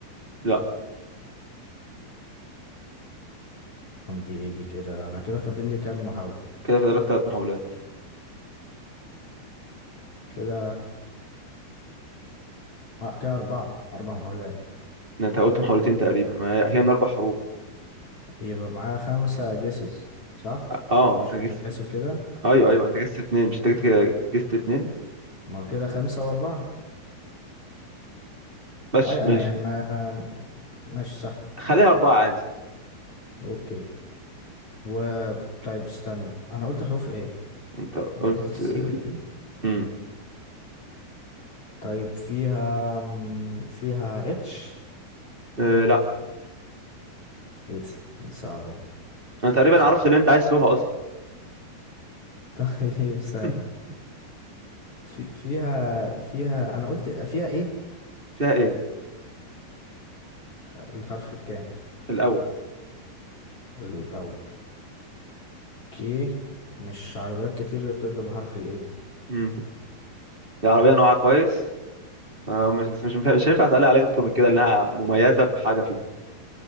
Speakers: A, on the right; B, on the left.
A: لا
B: طب دي ايه دي كده انا كده فاضل لي كام محاولة
A: كده فاضل لك ثلاث محاولات
B: كده آه كده أربعة أربع محاولات
A: انت قلت محاولتين تقريبا ما هي هي من أربع حروف
B: يبقى معايا خمسة جيسز صح؟
A: اه آه، انت
B: مش
A: جست
B: بتتحسب كده؟
A: ايوه ايوه انت جست اتنين مش انت جست كده- جست اتنين
B: ما هو كده خمسة وأربعة
A: ماشي
B: أيوة
A: ماشي
B: أيوة، يعني ما أنا ماشي صح
A: خليها أربعة عادي
B: أوكي و طيب استنى أنا قلت حروف إيه؟
A: انت قلت
B: أنا قلت السي والبي
A: مم.
B: طيب فيها م، فيها اتش
A: آه لا
B: إيه ده؟ دي صعبة دي
A: انا تقريبا
B: طب ثانية
A: عرفت اللي انت عايز تقولها اصلا
B: <laughs> طيب ثانية
A: <laughs>
B: في فيها فيها أنا قلت فيها إيه؟
A: فيها ايه
B: الحرف الكام؟
A: الاول
B: الأول أوكي مش عربيات كتير اللي بتبدأ بحرف الإيه
A: امم دي عربيه نوعها كويس آه مش بس مش ينفع- مش هينفع اسال عليك اكتر من كده انها مميزه بحاجه فيها